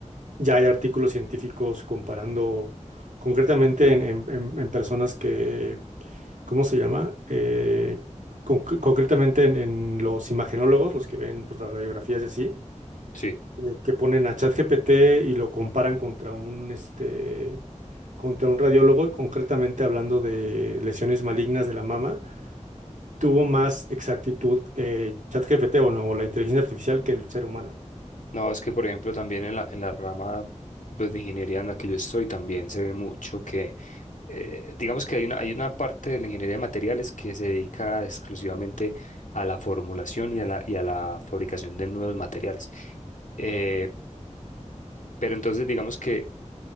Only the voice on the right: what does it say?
ya hay artículos científicos comparando concretamente en, en- en- en personas que, ¿cómo se llama? Eh, conc- concretamente en, en los imagenólogos, los que ven pues, las radiografías y así
eh, que ponen a ChatGPT y lo comparan contra un, este, contra un radiólogo, y concretamente hablando de lesiones malignas de la mama, tuvo más exactitud eh, ChatGPT, bueno, o la inteligencia artificial que el ser humano.